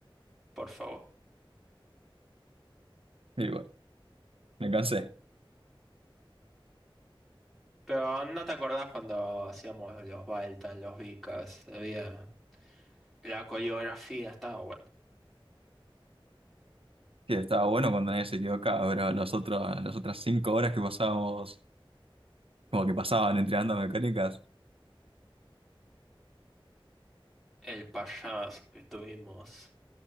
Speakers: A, in the centre; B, on the right.
A: por favor.
B: Y bueno, me cansé.
A: Pero no te acordás cuando hacíamos los Baltan, los Vicas, había la coreografía, estaba bueno.
B: Sí, estaba bueno cuando nadie se equivocaba, pero las otras, las otras cinco horas que pasábamos, como que pasaban entrenando mecánicas,
A: El payaso que estuvimos